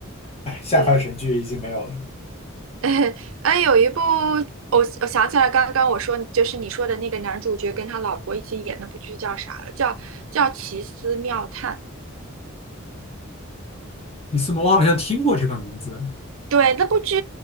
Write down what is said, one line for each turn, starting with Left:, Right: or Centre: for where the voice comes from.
Left: 哎，下饭神剧已经没有了。
Right: 对。<laughs> 哎，有一部我我想起来，刚刚我说就是你说的那个男主角跟他老婆一起演那部剧叫啥了？叫叫《奇思妙探》。
Left: 你斯摩，我好像听过这个名字，
Right: 对，那部剧，